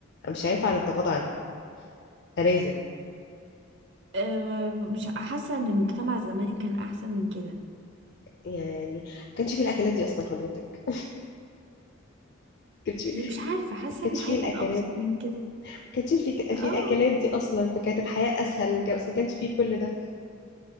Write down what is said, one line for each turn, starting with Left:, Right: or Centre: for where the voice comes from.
Left: مش هينفع نتغاضى عنها لازم
Right: <laughs> آه، مش حاسه ان المجتمع زمان كان احسن من كده
Left: يعني ما كانش فيه الأكلات دي أصلا حضرتك ما كانش فيه
Right: يعني مش عارفه حاسه
Left: ما كانش
Right: ان الحياه
Left: فيه الأكلات
Right: كانت ابسط
Left: ما
Right: من كده
Left: كانش فيه فيه
Right: اه
Left: الأكلات دي أصلا فكانت الحياة أسهل من كده بس ما كانش فيه كل ده